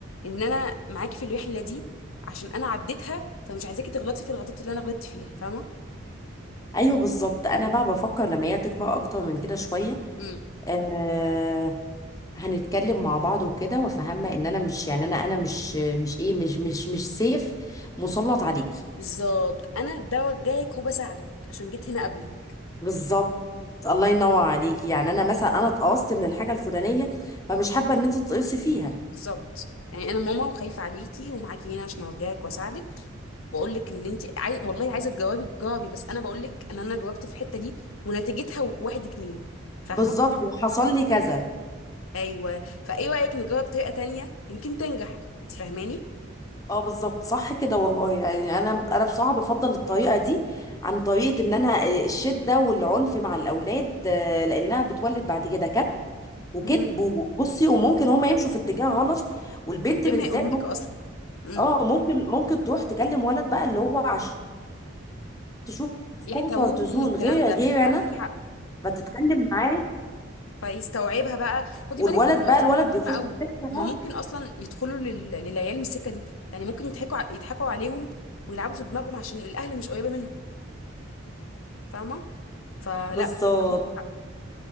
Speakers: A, on the left; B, on the left.
A: ان انا معاكي في الوحله دي عشان انا عديتها فمش عايزاكي تغلطي في الغلطات اللي انا غلطت فيها فاهمه
B: ايوه بالظبط انا بقى بفكر لما هي تكبر اكتر من كده شويه
A: امم
B: آه، هنتكلم مع بعض وكده وافهمها ان انا مش يعني انا انا مش مش ايه مش مش مش سيف مسلط عليكي
A: بالظبط انا بوجهك وبساعدك عشان جيت هنا قبلك
B: بالظبط الله ينور عليكي يعني انا مثلا انا اتقصت من الحاجه الفلانيه فمش حابه ان انت تتقصي فيها
A: بالظبط يعني انا ماما وخايفه عليكي ومعاكي هنا عشان اوجهك واساعدك واقول لك اللي انت عايز والله عايزه تجاوبي تجاوبي بس انا بقول لك ان انا جاوبت في الحته دي ونتيجتها واحد اتنين فاهمه
B: بالظبط وحصل لي كذا
A: ايوه فايه رايك نجاوب بطريقه تانية يمكن تنجح انت فاهماني
B: اه بالظبط صح كده والله يعني انا انا بصراحه بفضل الطريقه دي عن طريقه ان انا آه، الشده والعنف مع الاولاد آه، لانها بتولد بعد كده كب وكذب
A: مهم.
B: وبصي وممكن هما يمشوا في اتجاه غلط والبنت
A: من غير
B: بالذات
A: ما يقولوا لك اصلا إمم.
B: اه ممكن ممكن تروح تكلم ولد بقى اللي هو عشان تشوف
A: يحتووهم
B: كومفورت زون
A: والكلام
B: غير
A: ده
B: غير
A: عندك
B: انا
A: حق
B: فتتكلم معاه
A: فيستوعبها بقى خدي
B: والولد
A: بالك انت قلتي
B: بقى الولد
A: حاجه مهمه
B: بيخش
A: قوي
B: في السكه بقى
A: هما ممكن اصلا يدخلوا لل... للعيال من السكه دي يعني ممكن يضحكوا ع- يضحكوا عليهم ويلعبوا في دماغهم عشان الاهل مش قريبه منهم فاهمه فلا
B: بالظبط
A: عندك حق